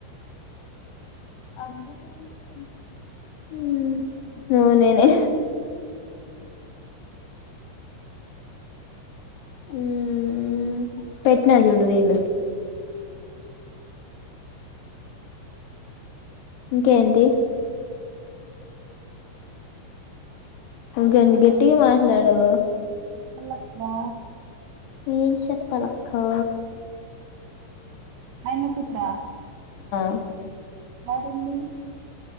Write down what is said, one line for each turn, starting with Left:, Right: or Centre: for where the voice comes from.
Left: అందుకే అంటున్నా హ్మ్ నేనేనా ఉమ్ పెట్న చూడు రీలు ఇంకేంటి ఇంకేంటి గట్టిగా మాట్లాడు
Right: మల్లస్తవా
Left: ఏం చెప్పాలక్కా
Right: అయనకు త్ర
Left: ఆ
Right: యాడుంది